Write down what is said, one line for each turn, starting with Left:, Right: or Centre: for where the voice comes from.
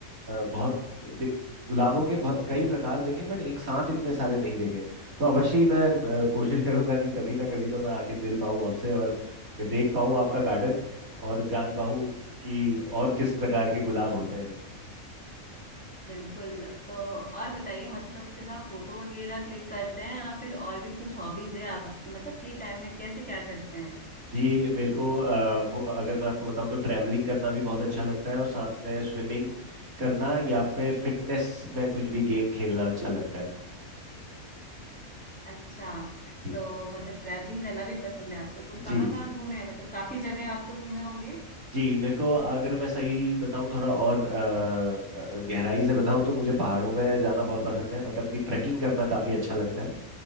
Right: बहुत दे- गुलाबों के बह- कई प्रकार देखे बट एक साथ इतने सारे नहीं देखे तो अवश्य ही मैं अ, कोशिश करूंगा कि कभी ना कभी तो मैं आके मिल पाऊं आपसे और देख पाऊं आपका गार्डन और जान पाऊं कि और किस प्रकार के गुलाब होते हैं
Centre: बिल्कुल तो और बताइए मतलब सिर्फ आप फोटो वगैरह क्लिक करते हैं या फिर और भी कुछ हॉबीज है आपकी मतलब फ्री टाइम में कैसे क्या करते हैं
Right: जी मेरे को अ, फो- अगर मैं आपको बताऊं तो ट्रैवलिंग करना भी बहुत अच्छा लगता है और साथ में स्विमिंग करना या फिर फिटनेस में कुछ भी गेम खेलना अच्छा लगता है
Centre: अच्छा
Right: जी
Centre: तो मतलब ट्रैवलिंग करना भी पसंद है आपको तो कहाँ
Right: जी
Centre: कहाँ
Right: जी
Centre: घूमे हैं मतलब काफी जगह आप तो घूमे होंगे
Right: जी मेरे को अगर मैं सही बताऊं थोड़ा और अ, अ, गहराई से बताऊं तो मुझे पहाड़ों में जाना बहुत पसंद है मतलब कि ट्रैकिंग करना काफ़ी अच्छा लगता है